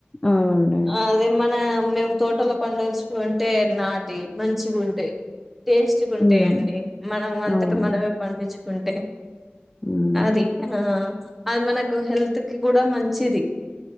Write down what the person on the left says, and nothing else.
అవునండి.
హ్మ్.
అవునవును.
హ్మ్.